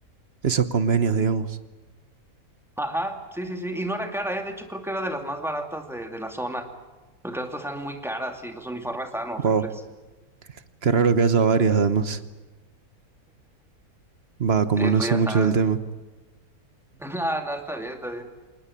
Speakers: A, on the right; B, in the centre.
A: esos convenios, digamos.
B: Ajá, sí, sí, sí, y no era cara, ¿eh? De hecho, creo que era de las más baratas de, de la zona, porque las otras eran muy caras y los uniformes estaban horribles.
A: Wow. Qué raro que haya varias, además. Va, como
B: Sí,
A: no
B: pues
A: sé
B: ya
A: mucho
B: sabes.
A: del tema.
B: <laughs> Nada, nada, está bien, está bien.